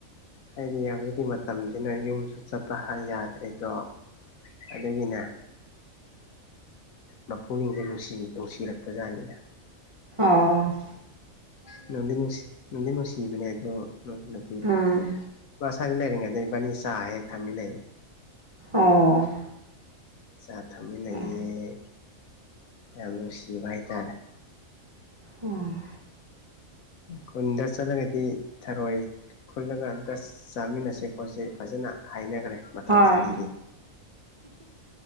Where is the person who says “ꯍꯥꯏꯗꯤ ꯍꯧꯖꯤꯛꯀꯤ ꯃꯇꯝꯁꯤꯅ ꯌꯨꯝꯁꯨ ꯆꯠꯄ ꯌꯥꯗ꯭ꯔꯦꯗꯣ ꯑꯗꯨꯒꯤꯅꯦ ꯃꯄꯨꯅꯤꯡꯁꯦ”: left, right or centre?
Left